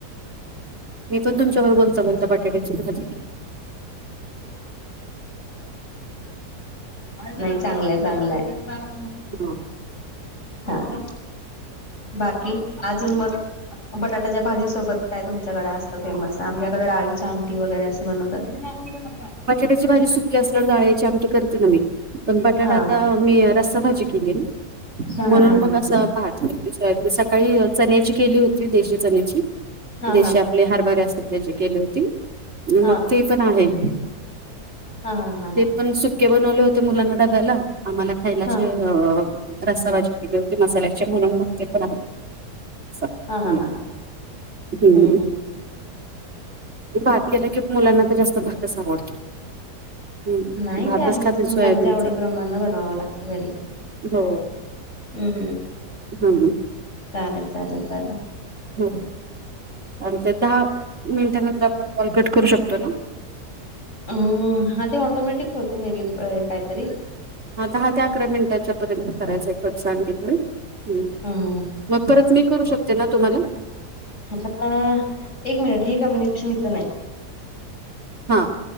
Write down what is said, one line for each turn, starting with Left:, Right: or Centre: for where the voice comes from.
Right: मी पण तुमच्याबर बोलता बोलता पाट ते की चुकीच च आहे की.
Left: नाही चांगलंय चांगलंय. ह.
Right: हम.
Left: हा. बाकी? अजून मग? बटाट्याच्या भाजीसोबत काय तुमच्याकडे असतं फेमस आमच्याकडं डाळीच्या आमटी वगैरे असं बनवतात. आणि मागू दिल न का.
Right: बटाट्याची भाजी सुकी असल्यावर डाळीची आमटी करते ना मी. पण बटाटा
Left: हां.
Right: आता मी रस्साभाजी केली ना.
Left: हा
Right: म्हणून
Left: हा हा
Right: मग असं भात करते. सकाळी मी चण्याची केली होती देशी चण्याची.
Left: हा
Right: देशी
Left: हा
Right: आपले हरभरे असतात त्याची केली होती. मग
Left: हा
Right: ते पण आहे.
Left: हा हा हा हा
Right: ते पण सुके बनवले होते मुलांना डब्याला. आम्हाला खायला
Left: हा
Right: चे अ रसाभजी केली होती मसाल्याचे म्हणून मग ते पण आहे. अस हम्म.
Left: हा हा हा हा हम्म हम्
Right: भात केलं की, मुलांना तर जास्त भातच आवडतो. हम्म
Left: नाही
Right: भातच
Left: ते आहेच.
Right: खातील
Left: मुलांच्या
Right: सोयाबीनचा
Left: आवडी प्रमाण बनवावं लागतं घरी.
Right: हो.
Left: हम्म.
Right: हा.
Left: चालेल चालेल चालेल.
Right: हा. आमचे दहा मिनिटांनंतर आपण कॉल कट करू शकतो ना.
Left: अं हं ते ऑटोमॅटिक होतो मे बी काहीतरी.
Right: हा दहा ते अकरा मिनटांच्या पर्यंत करायचं आहे कट सांगितलंय. हुं.
Left: हम्म
Right: मग परत मी करू शकते ना तुम्हाला?
Left: अं हा एक मिनिट हे कम्युनिकेशन इथ नाही.
Right: हा